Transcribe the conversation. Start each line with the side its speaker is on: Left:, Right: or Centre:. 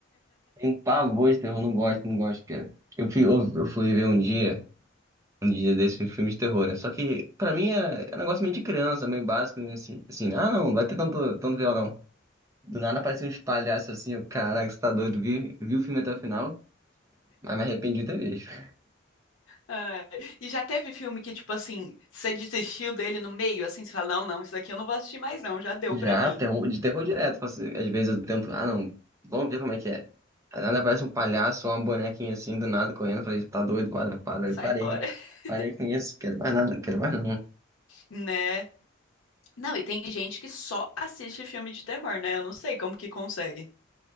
Right: Tenho pavor de terror, não gosto, não gosto, cara. Eu fui, eu, eu fui ver um dia, um dia desse um filme de terror, né? Só que, pra mim, é, é um negócio meio de criança, meio básico, né? assim, assim, ah, não, não vai ter tanto, tanto viol, não. Do nada apareceu uns palhaços assim, eu, caraca, você tá doido, vi, vi o filme até o final, mas me arrependi de ter visto.
Left: Ai, E já teve filme que, tipo assim, você desistiu dele no meio, assim, você fala: não, não, isso daqui eu não vou assistir mais, não, já deu
Right: Já,
Left: pra mim.
Right: terror, de terror direto. faço- Às vezes eu tento, ah, não, vamos ver como é que é. Aí nada, aparece um palhaço, ou uma bonequinha assim, do nada, correndo. Eu Falei, tá doido, para, para.
Left: Sai
Right: Eu parei.
Left: fora, <laughs>
Right: Parei com isso, quero mais nada, quero mais não.
Left: né? Não, e tem gente que só assiste filme de terror, né? Eu não sei como que consegue.